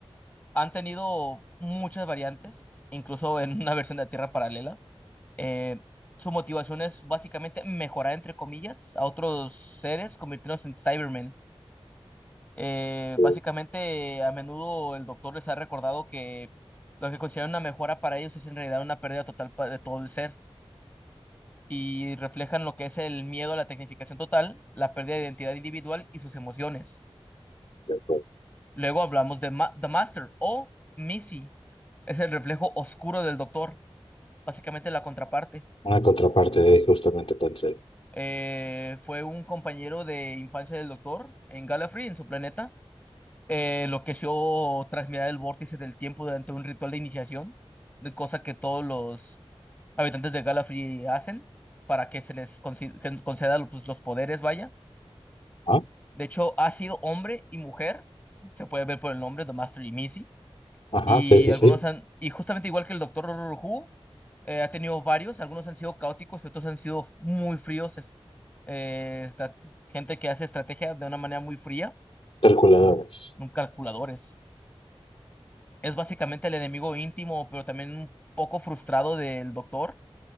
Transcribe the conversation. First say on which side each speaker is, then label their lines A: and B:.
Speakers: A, on the left; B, on the left.
A: Han tenido muchas variantes, incluso en una <laughs> versión de la Tierra Paralela. Eh, su motivación es básicamente mejorar, entre comillas, a otros seres, convirtiéndose en Cybermen. Eh,
B: Sí,
A: básicamente, a menudo el doctor les ha recordado que lo que consideran una mejora para ellos es en realidad una pérdida total pa- de todo el ser. y reflejan lo que es el miedo a la tecnificación total, la pérdida de identidad individual y sus emociones.
B: de acuerdo.
A: Luego hablamos de Ma- The Master o Missy. Es el reflejo oscuro del doctor, básicamente la contraparte.
B: Una contraparte de justamente pensé.
A: Eh, fue un compañero de infancia del doctor en Gallifrey, en su planeta. Eh, lo que yo tras mirar el vórtice del tiempo durante un ritual de iniciación, de cosa que todos los habitantes de Gallifrey hacen para que se les consi- que conceda los, pues, los poderes, vaya
B: ¿Ah?
A: De hecho, ha sido hombre y mujer, se puede ver por el nombre, The Master y Missy,
B: Ajá,
A: y
B: sí, sí,
A: algunos
B: sí.
A: han, y justamente igual que el Doctor Who, eh, ha tenido varios, algunos han sido caóticos y otros han sido muy fríos, es- eh, esta gente que hace estrategia de una manera muy fría,
B: Calculadores.
A: un calculadores. Es básicamente el enemigo íntimo, pero también un poco frustrado del Doctor.